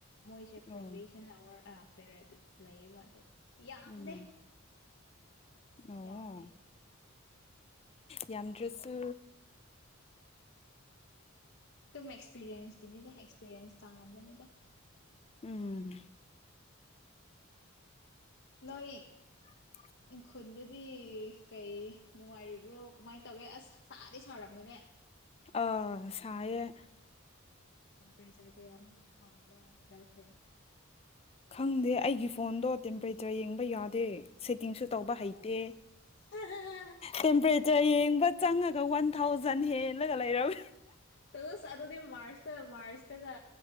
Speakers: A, on the left (about 55°); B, on the left (about 30°).
A: ꯃꯣꯏꯁꯦ
B: ꯑꯣ
A: ꯄ꯭ꯔꯣꯕꯤ ꯇꯦꯟ ꯑꯋꯥꯔ ꯑꯥ ꯄꯦꯔꯦꯠ ꯂꯩꯌꯦꯕ ꯑꯗꯨ ꯌꯥꯝꯗꯦ
B: ꯎꯝ ꯑꯣ
A: ꯌꯥꯝꯗꯦ
B: ꯌꯥꯝꯗ꯭ꯔꯁꯨ
A: ꯇꯨꯝ ꯑꯦꯛꯁꯄꯤꯔꯦꯟꯁꯀꯤꯅꯤꯗ ꯑꯦꯛꯁꯄꯤꯔꯦꯟꯁ ꯇꯥꯟꯕꯅꯤꯗ
B: ꯎꯝ
A: ꯅꯣꯏ
B: <inaudible>
A: ꯎꯈꯨꯟꯗꯗꯤ ꯀꯩ ꯅꯨꯡꯉꯥꯏꯔꯤꯕ꯭ꯔꯣ ꯀꯃꯥꯏ ꯇꯧꯋꯦ ꯑꯁ ꯁꯥꯗꯤ ꯁꯥꯥꯔꯝꯒꯅꯦ
B: ꯑ ꯁꯥꯏꯌꯦ
A: ꯇꯦꯝꯄꯔꯦꯆꯔ ꯀꯌꯥꯃꯨꯛ ꯋꯥꯡꯕꯔ꯭ ꯍꯟꯗꯛꯁꯦ
B: ꯈꯪꯗꯦ ꯑꯩꯒꯤ ꯐꯣꯟꯗꯣ ꯇꯦꯝꯄꯔꯦꯆꯔ ꯌꯦꯡꯕ ꯌꯥꯗꯦ ꯁꯦꯠꯇꯤꯡꯁꯨ ꯇꯧꯕ
A: ꯑꯁ
B: ꯍꯩꯇꯦ ꯇꯦꯝꯄꯦꯔꯦꯆꯔ ꯌꯦꯡꯕ ꯆꯪꯉꯒ ꯋꯥꯟ ꯊꯥꯎꯖꯟ ꯍꯦꯜꯂꯒ ꯂꯩꯔꯝꯃꯦ
A: ꯇꯣꯁ ꯑꯗꯨꯗꯤ ꯃꯥꯔꯁ ꯇꯥ ꯃꯥꯔꯁ ꯇꯒꯥ